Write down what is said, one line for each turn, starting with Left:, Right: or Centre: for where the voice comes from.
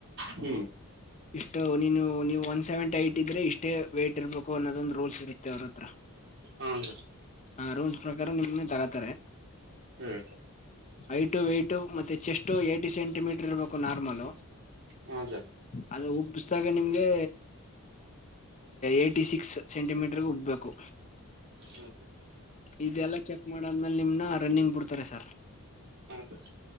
Right: ಹ್ಮ
Left: ಇಷ್ಟು ನೀನು ನೀವು ಒನ್ ಸೆವೆಂಟಿ ಐಟ್ ಇದ್ರೆ ಇಷ್ಟೇ ವೇಟ್ ಇರ್ಬೇಕು ಅನ್ನೋದೊಂದು ರೂಲ್ಸ್ ಇರುತ್ತೆ ಅವ್ರ ಹತ್ರ
Right: ಹ
Left: ಹಾ ರೋಲ್ಸ್ ಪ್ರಕಾರ ನಿಮ ತಗತಾರೆ
Right: ಹ್ಮ್
Left: ಐಟು ವೈಟು ಮತ್ತೆ ಚೆಸ್ಟು ಏಟು ಸೆಂಟಿಮೀಟರ್ ಇರ್ಬೇಕು ನಾರ್ಮಲು
Right: ಹಾ ಸರ್
Left: ಅಲ್ಲಿ ಉಬ್ಿಸ್ದಾಗ ನಿಮ್ಗೆ ಏ್ಟಿ ಸಿಕ್ಸ್ ಸೆಂಟಿಮೀಟರ್ಗೆ ಉಬ್ಬೇಕು
Right: ಹಾ
Left: ಇದೆಲ್ಲ ಚೆಕ್ ಮಾಡಾದ್ಮೇಲೆ ನಿಮ್ನ ರನ್ನಿಂಗ್ ಬಿಡ್ತಾರೆ ಸರ್
Right: ಸರ್